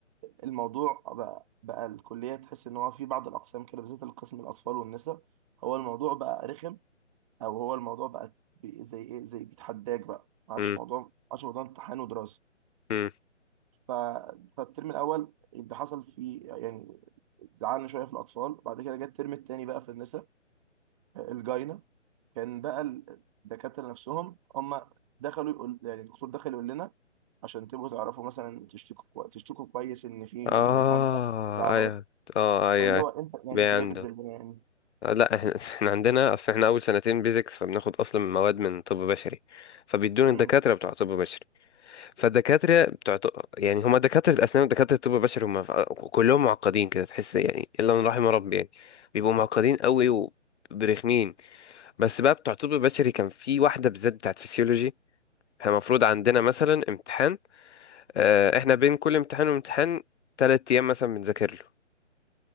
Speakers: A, on the right; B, on the left.
A: الموضوع بقى بقى الكليه تحس ان هو في بعض الاقسام كده بالذات القسم الاطفال والنساء هو الموضوع بقى رخم او هو الموضوع بقى بي- زي ايه زي بيتحداك بقى ما عادش
B: امم
A: موضوع ما عادش موضوع امتحان ودراسه
B: امم
A: ف... فالترم الاول اللي حصل فيه يعني زعلنا شويه في الاطفال بعد كده جه الترم الثاني بقى في النساء الجاينه كان بقى الدكاتره نفسهم هم دخلوا يقول يعني الدكتور دخل يقول لنا عشان تبقوا تعرفوا مثلا تشتكوا كوي... تشتكوا كويس ان في
B: اه
A: ان الامتحان بتاعكم صعب
B: ايوه
A: قوي
B: اه ايوه
A: فاللي
B: أيوة.
A: هو انت يعني
B: بي
A: انت
B: عنده
A: جاي بتذلنا يعني
B: آه، لا احنا <laughs> احنا عندنا اصل احنا اول سنتين بيزكس فبناخد اصلا مواد من طب بشري فبيدونا
A: امم
B: الدكاتره بتوع طب بشري فالدكاتره بتوع طب يعني هما دكاتره الاسنان ودكاتره الطب البشري هما ف- كلهم معقدين كده تحس يعني الا من رحم ربي يعني بيبقوا معقدين قوي وبرخمين بس بقى بتوع طب بشري كان في واحدة بالذات بتاعت فسيولوجي احنا المفروض عندنا مثلا امتحان آه، احنا بين كل امتحان وامتحان تلات ايام مثلا بنذاكر له